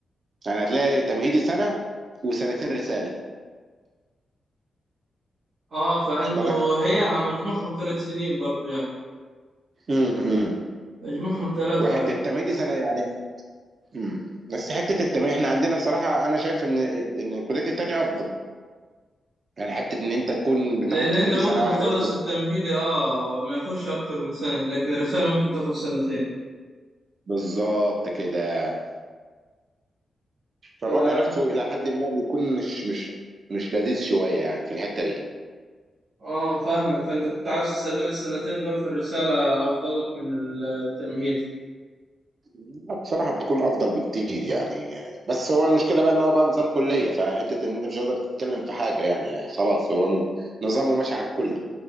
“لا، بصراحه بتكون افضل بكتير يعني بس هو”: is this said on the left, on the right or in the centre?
Right